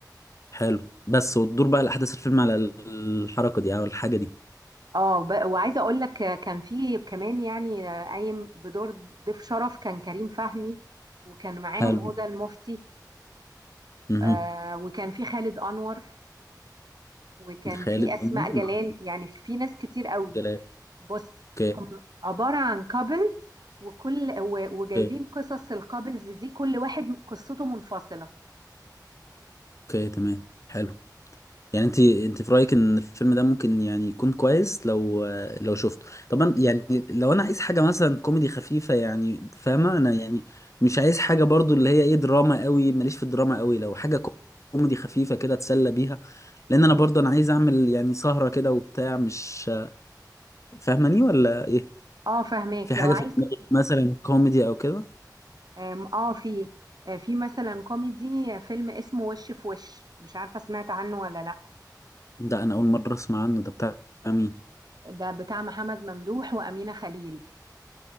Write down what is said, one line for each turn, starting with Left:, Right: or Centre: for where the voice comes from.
Left: حلو بس وتدور بقى الاحداث الفيلم على الحركه دي او الحاجه دي
Right: اه ب- وعايزة أقول لك آه، كان في كمان يعني آه، قايم بدور ضيف شرف كان كريم فهمي وكان معاهم
Left: حلو
Right: هدى المفتي
Left: امم
Right: آه، وكان في خالد أنور وكان
Left: خالد
Right: في اسماء
Left: انور
Right: جلال
Left: مع عبد
Right: يعني في ناس كتير قوي
Left: الجلال
Right: بص
Left: اوكي
Right: هم عباره عن كابلز وكل و- وجايبين
Left: اوكي
Right: قصص الكابلز دي كل واحد قصته منفصله
Left: اوكي تمام حلو يعني انت انت في رايك ان الفيلم ده ممكن يعني يكون كويس لو لو شفته طبعا يعني لو انا عايز حاجه مثلا كوميدي خفيفه يعني فاهمه انا يعني مش عايز حاجه برضو اللي هي ايه دراما قوي ماليش في الدراما قوي لو حاجه كوميدي خفيفه كده اتسلى بيها لان انا برضو انا عايز اعمل يعني سهره كده وبتاع مش فاهماني ولا ايه
Right: اه فهماك
Left: في حاجه
Right: لو عايز
Left: في دماغك مثلا كوميدي او كده
Right: آم، اه في آه، في مثلا كوميدي آه، فيلم اسمه وش في وش مش عارفه سمعت عنه ولا لا
Left: ده انا اول مره اسمع عنه ده بتاع مين
Right: ده بتاع محمد ممدوح وامينه خليل